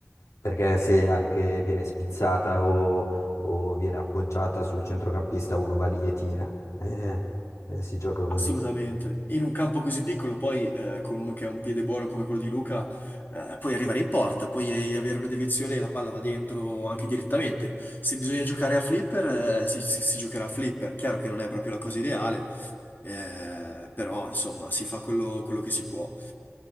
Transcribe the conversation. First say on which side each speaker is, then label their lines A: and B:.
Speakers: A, on the left; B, on the left.
A: perché se anche viene spizzata o o viene appoggiata sul centrocampista uno va lì e tira. Eh, eh, si gioca così.
B: Assolutamente. In un campo così piccolo, poi eh, con uno che ha un piede buono come quello di Luca, eh, puoi arrivare in porta, puoi eh, avere una deviazione e la palla va dentro anche direttamente. Se bisogna giocare a flipper, eh, si, si- si giocherà a flipper. Chiaro che non è proprio la cosa ideale, eh, però insomma si fa quello quello che si può.